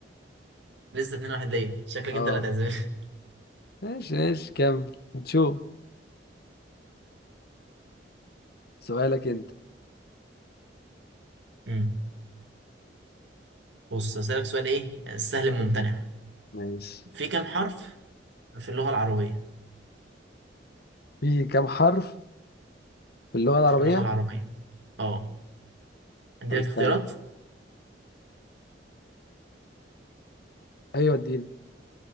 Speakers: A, on the right; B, on the left.
A: <laughs> لسه 2-1 ليا شكلك
B: اه
A: أنت اللي هتعزف
B: ماشي ماشي كمل هنشوف سؤالك انت
A: مم. بص أسألك سؤال إيه السهل الممتنع
B: ماشي
A: في كام حرف في اللغة العربية
B: في كم حرف في اللغة العربية؟
A: في اللغة العربية أه أديلك
B: طب استنى
A: اختيارات
B: ايوه اديني